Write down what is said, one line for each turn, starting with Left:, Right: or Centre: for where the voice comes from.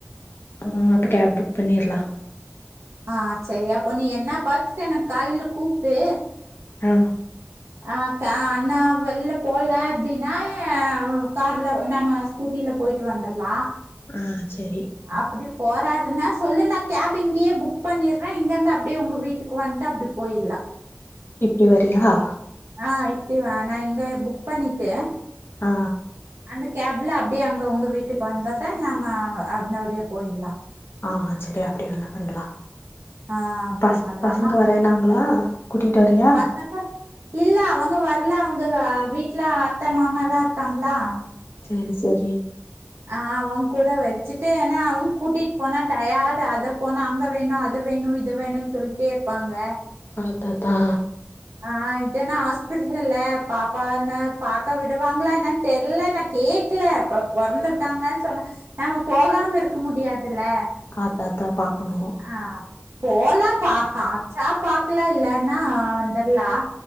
Left: <unintelligible> அப்ப கேப் புக் பண்ணிற்லா
Right: ஆ சரி அப்போ நீ என்ன பாத்துட்டு என்னக் காலைல கூப்டு
Left: ஆ
Right: அ க அண்ணா வெள்ல போல அப்டினா வு கார்ல நம்ம ஸ் கூட்டில போயிட்டு வந்துர்லா
Left: ஆ சேரி
Right: அப்படி போறாருன்னா சொல்லு நா கேப் இங்கயே புக் பண்ணிறே இங்க இருந்து அப்படியே உங்க வீட்டுக்கு வன்ட்டு அப்டிப் போயிர்லா
Left: இப்டி வரியா
Right: ஆ இப்டிவா நா இங்கயே புக் பண்ணிட்டே
Left: ஆ
Right: அந்த கேப்ல அப்படியே அங்க உங்க வீட்டுக்கு வந்தர்றே நம்ம அ அந்த வழியே போயில்லா
Left: ஆ சரி அப்டிவேணா பண்ணலா
Right: ஆ அப்டி
Left: பச
Right: பண்லாமா
Left: பசங்க வறேன்னாங்களா கூட்டிட்டு வரியா
Right: பசங்க இல்ல அவங்க வர்ல அவங்க வ வீட்ல அத்த மாமா எல்லா இருக்காங்ளா
Left: சேரி சேரி
Right: ஆ அவ கூட வச்சுட்டு ஏனா அவன் கூட்டிட் போனா டயாடு அத போனா அங்க வேணு அத் து வேணு இது வேணுனு சொல்ட்டே இருப்பாங்க
Left: ஆத்தத்தா
Right: ஆ இதென்ன ஆஸ்பிட்டல் இல்ல பாப்பான்ன பாக்க விடுவாங்ளா என்னன் தெர்ல எனக் கேக்ல அப்ப பொறந்திருக்காங்கன் சொன்ன நாம போகாம இர்க்க முடியாதுல
Left: ஆ தாத்தா பாக்குனு
Right: ஆ போலாபா காச்சா பாக்லா இல்லனா வந்துர்லா